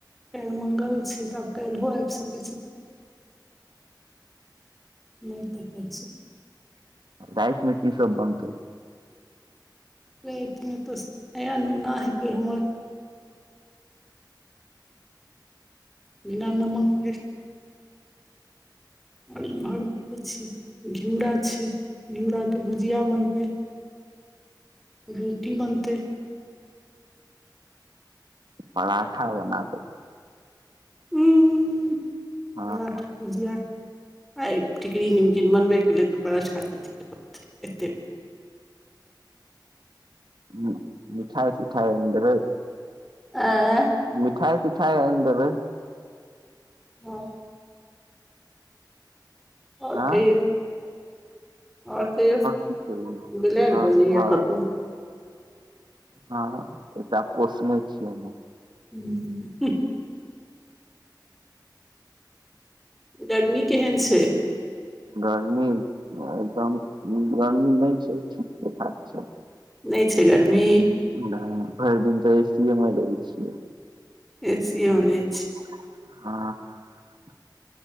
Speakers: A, in the centre; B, on the right.
A: काल्हि मंगल छै तऽ आब काल्हिहो आबि सकै छै नहि त क
B: राइतमे की सब बनते
A: रेट मे तऽ नया नुना हेतै हमर बिना नमक के आओर इमहर देखे छिय घिउरा छै घिउरा के भुजिया बनपे रोटी बनते
B: पराठा बनते
A: <unintelligible>
B: हँ
A: पराठा भुजिया आ टिकी निमकन बनबै त पत <unintelligible>
B: हूं मीठाई तीठाई आइन देबै
A: आ
B: मिठाइ तिठाइ आइन देबै
A: हँ आओर
B: आँ
A: कहियौ आओर कहियौ
B: की करियै
A: बिलाइर
B: आओर
A: बजैया
B: आओर
A: कतौ
B: हँ एकटा पोसने छियै हममे
A: हूँ गर्मी केहन छै
B: गर्मी एकदम गर्मी नहि छै ठीके ठाक छै
A: नहि छै गर्मी
B: नय भरि दिन तऽ एसीए मे रहै छियै
A: ए सी ए मे रहै छि
B: हँ